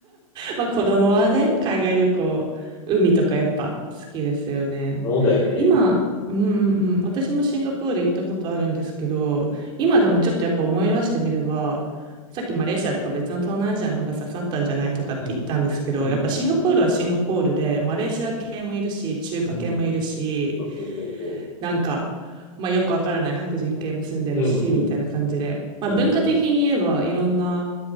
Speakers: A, on the right; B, on the left.
A: まあ子供はね、
B: うん
A: 海外旅行、海とかやっぱ好きですよね。
B: そんなもんだよね。
A: 今、うんうんうん、私もシンガポール行ったことあるんですけど、今でもちょっとやっぱ思い出してみれば、さっきマレーシアとか別の東南アジアの方が刺さったんじゃないとかって言ったんですけど、
B: うん、
A: やっぱシンガポールはシンガポールで、
B: うん、
A: マレーシア系もいるし、中華系もいるし、
B: うん。そうそうそうそ
A: なんか、まあよくわからない白人系も住んでるし、
B: う。うん、
A: みたいな感じで。
B: うん。
A: まあ文化的に言えばいろんな
B: いいね